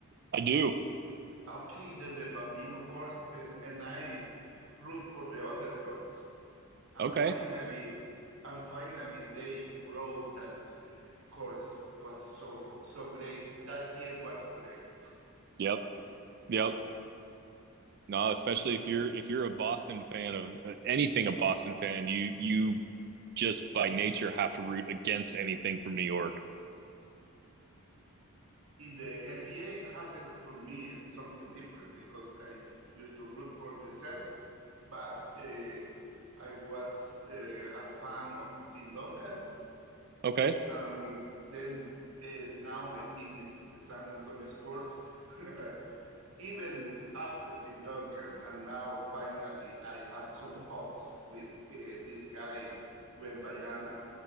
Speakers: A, on the right; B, on the right.
A: I do.
B: Okay, then the Bambino, of course, and, and I root for the underdogs. And
A: Okay.
B: finally, and finally, they brought that uh, course was so so great. That year was great.
A: Yep. Yep. No, especially if you're if you're a Boston fan of uh, anything a Boston fan, you you just by nature have to root against anything from New York.
B: In the NBA, it happened for me something different because I used to root for the Celtics, but uh, I was uh, a fan of Tim Duncan.
A: Okay.
B: And then uh, now my thing is the San Antonio Spurs. <laughs> even after Tim Duncan, and now finally I have some hopes with uh, this guy, Wembayana.